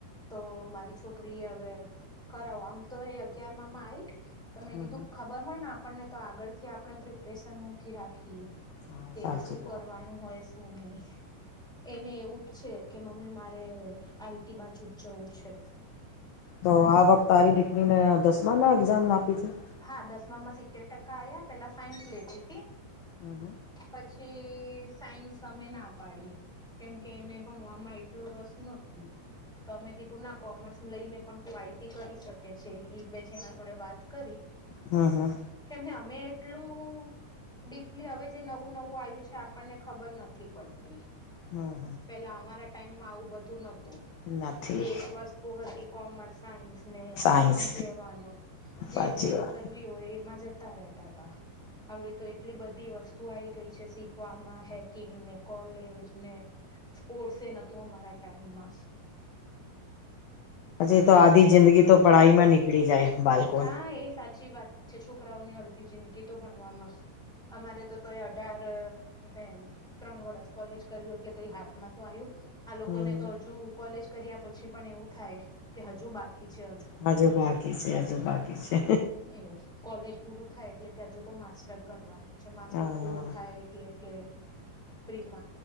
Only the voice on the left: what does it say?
હમ
હમ
હા
સાચી
વાત
તો આ વખત તારી દીકરીને દસમાના એક્ઝામ આપી તી
હમ હમ.
હમ હમ.
હમ
હમ નથી
સાયન્સ
સાચી વાત
પછી તો આધી જિંદગી તો પઢાઈમાં નીકળી જાય બાલ
હમ
હ હજુ બાકી છે હજુ બાકી છે.
હા